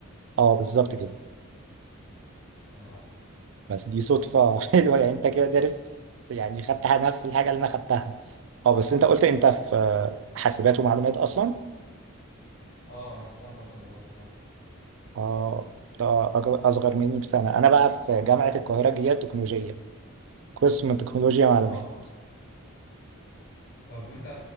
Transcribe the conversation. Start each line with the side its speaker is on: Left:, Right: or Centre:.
Right: اه بالظبط كده
Left: تمام
Right: بس دي صدفة <laughs> حلوة يعني انت كده دارس يعني خدت نفس الحاجة اللي انا خدتها اه بس انت قلت انت في آه، حاسبات ومعلومات اصلا
Left: اه انا في سنة تالتة دلوقتي فاهم
Right: اه ده أج- اصغر مني بسنة انا بقى في جامعة القاهرة الجديدة التكنولوجية قسم تكنولوجيا معلومات
Left: اه طب وانت